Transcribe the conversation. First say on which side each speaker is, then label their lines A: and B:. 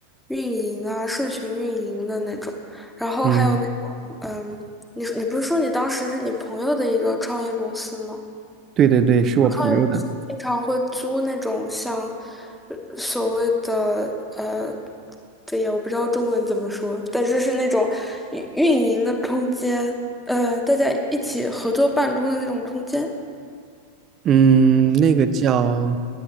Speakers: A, in the centre; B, on the right.
A: 运营啊，社群运营的那种，然后还有那种，
B: 嗯，
A: 你你不是说你当时是你朋友的一个创业公司吗？
B: 对对对，是我朋友的。
A: 外国是经常会租那种像呃所谓的呃，对呀，我不知道中文怎么说，但是是那种运运营的空间，呃，大家一起合作办公的那种空间，
B: 嗯，那个叫，